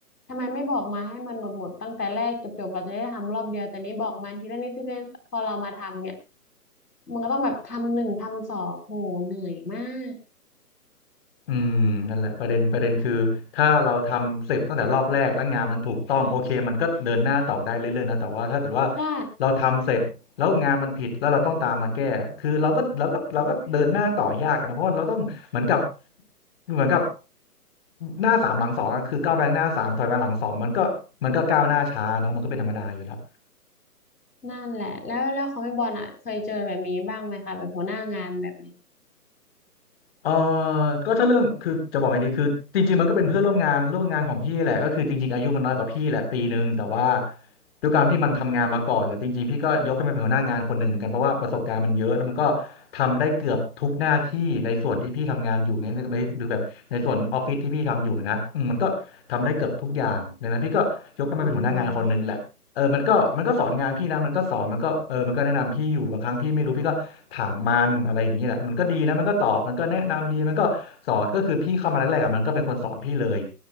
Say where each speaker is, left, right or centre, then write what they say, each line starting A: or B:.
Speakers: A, on the left; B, on the left.
A: ทำไมไม่บอกมาให้มันหมดหมดตั้งแต่แรกจบจบเราจะได้ทำรอบเดียวแต่นี้บอกมาทีละนิดทีละนิดพอเรามาทำเนี่ยมันก็ต้องแบบทำหนึ่งทำสองโหเหนื่อยมาก
B: อืมนั่นแหละประเด็นประเด็นคือถ้าเราทำเสร็จตั้งแต่รอบแรกแล้วงานมันถูกต้องโอเคมันก็เดินหน้าต่อได้เรื่อยๆนะแต่ว่าถ้าเกิดว่า
A: ใช่
B: เราทำเสร็จแล้วงานมันผิดแล้วเราต้องตามมาแก้คือเราก็เราก็เราก็เดินหน้าต่อยากอะนะเพราะว่าเราต้องเหมือนกับเหมือนกับหน้าสามหลังสองอะคือก้าวไปข้างหน้าสามถอยมาหลังสองมันก็มันก็ก้าวหน้าช้าเนาะมันก็เป็นธรรมดาอยู่แล้ว
A: นั่นแหละแล้วแล้วของพี่บอลอ่ะเคยเจอแบบนี้บ้างไหมคะแบบหัวหน้างานแบบเนี้ย
B: เออก็ถ้าเรื่องคือจะบอกไงดีคือจริงๆมันก็เป็นเพื่อนร่วมงานร่วมงานของพี่แหละก็คือจริงๆอายุมันน้อยกว่าพี่แหละปีหนึ่งแต่ว่าด้วยการที่มันทำงานมาก่อนแหละจริงๆพี่ก็ยกให้มันเป็นหัวหน้างานคนหนึ่งเหมือนกันเพราะว่าประสบการณ์มันเยอะแล้วมันก็ทำได้เกือบทุกหน้าที่ในส่วนที่พี่ทำงานอยู่เนี้ยในในหรือแบบในส่วนออฟฟิศที่พี่ทำอยู่นะอืมมันก็ทำได้เกือบทุกอย่างดังนั้นพี่ก็ยกให้มันเป็นหัวหน้างานคนหนึ่งแหละ
A: อืม
B: เออมันก็มันก็สอนงานพี่นะมันก็สอนมันก็เออมันก็แนะนำพี่อยู่บางครั้งพี่ไม่รู้พี่ก็ถามมันอะไรอย่างนี้แหละมันก็ดีนะมันก็ตอบมันก็แนะนำดีมันก็สอนก็คือพี่เข้ามาแรกๆอะมันก็เป็นคนสอนพี่เลย